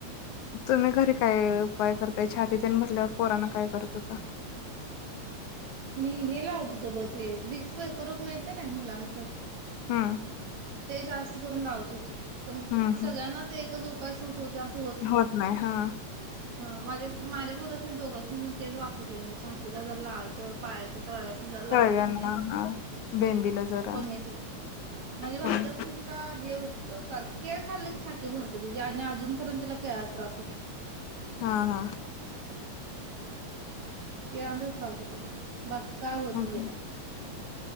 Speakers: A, on the left (about 85°); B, on the right (about 70°).
A: तुम्ही घरी काय उपाय कर. ते छातीतने भसल्यावर पोरना काय करत होत.
B: मी हेला होतो तो बघ ते विक्स परब मा ते नाय मुलांचं.
A: हा.
B: ते जास्त करून लावत होते. पण
A: हम्म
B: सगळ्यांनाच
A: हम्म
B: एक. तोच उपाय सुट होय आस
A: होत नाही हा.
B: माझे माझ्या बरच नाही, दोघच नाही मण तेच वापरले मी, छातीला जर लावायचं पायाच तळव्यास्नी जर लावल
A: तळव्यांना
B: क नाय नाही
A: हा बेंबीला जरा
B: कमीत होत होतं. बारक्या
A: कमी
B: पोरगीला हे होत हुत सारके खल्लं कीछात भर <unintelligible> अजूनपर्यंतला केळाचा त्रास होत. <inaudible>
A: हा हा.
B: केळचाच त्रास होतो तिला. बाकी काय होत
A: हा
B: ना
A: हा
B: तला.